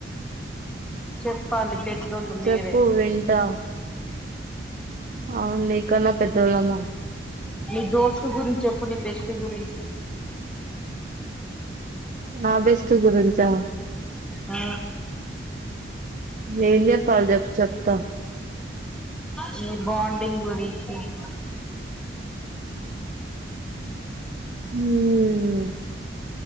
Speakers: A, in the centre; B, on the right (about 45°).
A: చెప్పాలి పెద్దోళ్ళు
B: చెప్పు
A: మీరే
B: వింటా అవును నీకన్నా పెద్దోళ్ళమ్మా
A: నీ దోస్తుటు గురించి చెప్పు నీ బెస్ట్ గురించి
B: నా బెస్ట్ గురించా
A: ఆ
B: ఇప్పుడు ఏం చెప్పాలి చెప్పు చెప్తా
A: మీ బాండింగ్ గురించి <inaudible>
B: హ్మ్